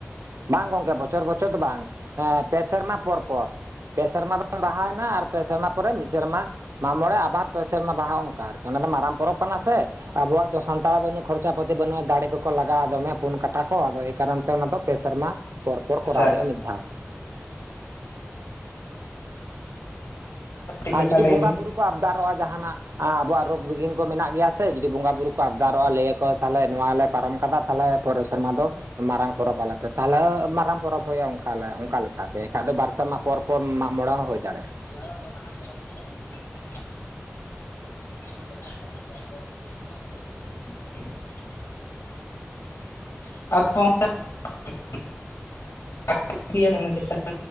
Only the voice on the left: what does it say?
ᱟᱪᱪᱷᱟ
ᱴᱷᱤᱠ
ᱞᱮᱠᱟ
ᱞᱟᱹᱭ
ᱵᱤᱱ
<unintelligible> <inaudible> <inaudible> <unintelligible>
<unintelligible>